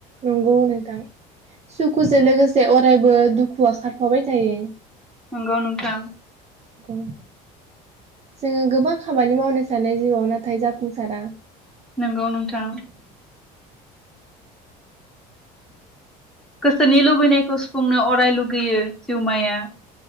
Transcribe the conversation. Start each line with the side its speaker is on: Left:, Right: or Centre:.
Right: नंगौ नोंथां सुखुजों लोगोसे अरायबो दुखुआ खारफाबाय थायो।
Centre: नंगौ नोंथां,
Right: बुं जोङो गोबां खामानि मावनो सान जिउआव नाथाय जाफुंसारा,
Centre: नंगौ नोंथां, गोसोनि लुबैनायखौ सुफुंनो अराय लुगैयो जिउमाया,